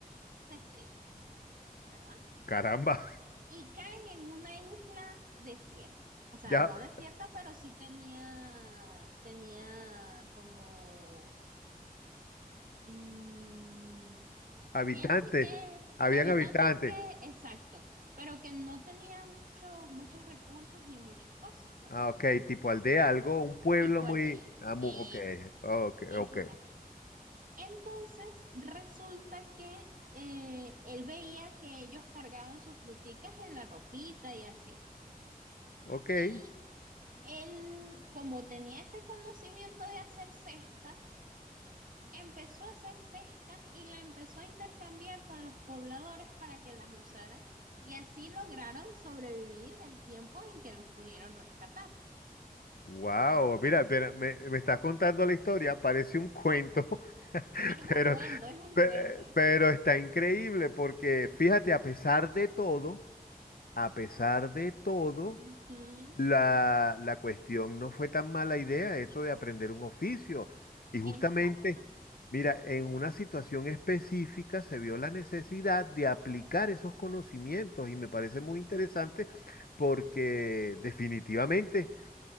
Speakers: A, on the right; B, on the left.
A: se estrella, ¿verdad?
B: Caramba.
A: Y caen en una isla desierta. O sea,
B: Ya,
A: no desierta, pero sí tenía, tenía como Mm,
B: habitantes,
A: gente que,
B: habían
A: habitantes
B: habitantes.
A: que, exacto, pero que no tenían muchos, muchos recursos ni muchas cosas, ¿verdad?
B: Ah, ok, tipo aldea, algo, un pueblo
A: Tipo
B: muy...
A: aldea.
B: Ah, mu-
A: Exacto.
B: ok, ok,
A: Esa
B: ok,
A: es la cuestión. Entonces, resulta que eh, él veía que ellos cargaban sus fruticas en la ropita y así.
B: ok.
A: Y él, como tenía ese conocimiento de hacer cestas, empezó a hacer cestas y la empezó a intercambiar con los pobladores para que las usaran y así lograron sobrevivir el tiempo en que los pudieron rescatar.
B: Wow, mira, espera, me, me estás contando la historia, parece un cuento, <laughs>
A: Es un
B: pero,
A: cuento, es un
B: pe-
A: cuento.
B: pero está increíble porque fíjate, a pesar de todo, a pesar de todo...
A: Ujú,
B: La, la cuestión no fue tan mala idea eso de aprender un oficio. Y justamente,
A: Exacto.
B: mira, en una situación específica se vio la necesidad de aplicar esos conocimientos y me parece muy interesante porque definitivamente,